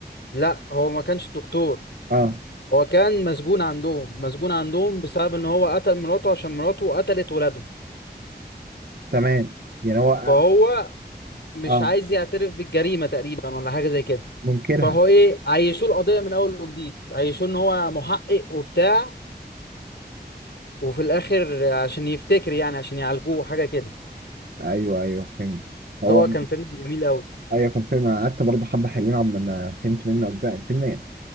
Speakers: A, on the left (about 85°); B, on the right (about 65°).
A: لا هو ما كانش الدكتور
B: اه
A: هو كان مسجون عندهم مسجون عندهم بسبب ان هو قتل مراته عشان مراته قتلت ولادهم
B: تمام يعني هو
A: فهو مش
B: اه
A: عايز يعترف بالجريمة تقريبا ولا حاجة زي كده
B: منكرها
A: فهو ايه عيشوه القضية من اول وجديد عيشوه ان هو محقق وبتاع وفي الاخر عشان يفتكر يعني عشان يعالجوه حاجة كده
B: ايوه ايوه فهمت هو
A: بس هو كان فيلم جميل قوي
B: ايوه كان فيلم انا قعدت برضه حبه حلوين عبد ما فهمت منه اجزاء الفيلم